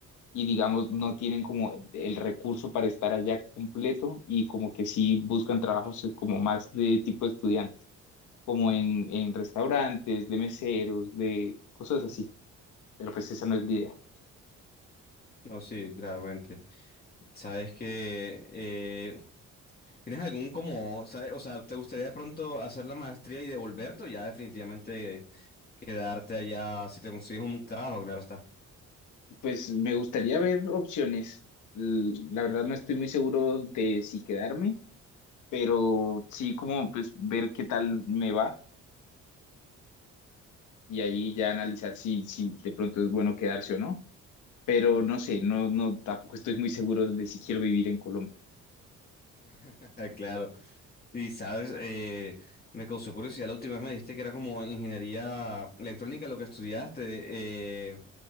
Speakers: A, on the left; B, on the left.
A: y digamos no tienen como el recurso para estar allá completo y como que sí buscan trabajos eh, como más de tipo estudiantes, como en, en restaurantes, de meseros, de cosas así. Pero pues esa no es la idea.
B: No, sí, claramente. Sabes que eh, tienes algún como, ¿sabes? O sea, ¿te gustaría de pronto hacer la maestría y devolverte o ya definitivamente quedarte allá si te consigues un trabajo? Claro está.
A: Pues me gustaría ver opciones. L- La verdad no estoy muy seguro de si quedarme, pero sí como pues ver qué tal me va. y ahí ya analizar si, si de pronto es bueno quedarse o no. Pero no sé, no, no, tampoco estoy muy seguro de si quiero vivir en Colombia.
B: <laughs> Claro. Y sabes, eh, me causó curiosidad la última vez me dijiste que era como ingeniería electrónica lo que estudiaste. eh,